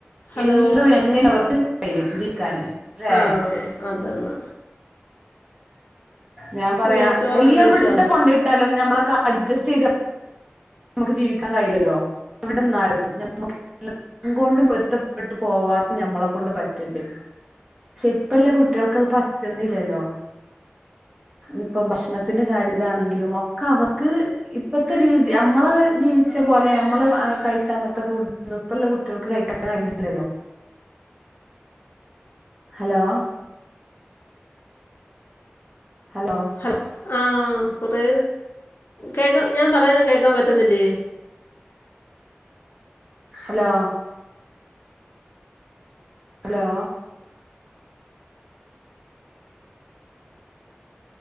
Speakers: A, on the left; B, on the right.
A: ഹലോ
B: എന്തു എങ്ങനവർക്ക് കഴിയും ജീക്കാന് അല്ലേ
A: ആഹ് അതാണ്
B: ഞാൻ പറയാ
A: പിന്നെ ചോറൊക്കെ
B: എല്ലെവിടെ
A: കഴിച്ചോ
B: കൊണ്ടേയിട്ടാലും ഞമ്മളെക്കെ അഡ്ജസ്റ്റ് ചെയ്ത് നമുക്ക് ജീവിക്കാൻ കയുവ ല്ലോ എവിടെന്നാലും ഞ മക് ല്ലം കൊണ്ടും പൊരുത്തപ്പെട്ടു പോവാനും ഞമ്മളെ കൊണ്ട് പറ്റ്ണ്ട്. പക്ഷെ ഇപ്പല്ല കുട്ട്യൾക്കത് പറ്റുന്നില്ലല്ലോ ഇപ്പം ഭക്ഷണത്തിന്റെ കാര്യത്തിലാണെങ്കിലും ഒക്കവർക്ക് ഇപ്പത്തെ രീ യമ്മള ജീവിച്ച പോലെ അമ്മള് കഴിച്ച അന്നത്തെ ഫുഡ് ന്നും ഇപ്പല്ല കുട്ടികൾക്ക് കഴിക്കാൻ കഴിയിണ് ല്ലല്ലോ ഹലോ ഹലോ
A: ഹല ആഹ് കൊറേ കേക്കാ ഞാ പറയുന്ന കേക്കാൻ പറ്റുന്നില്ലേ
B: hello hello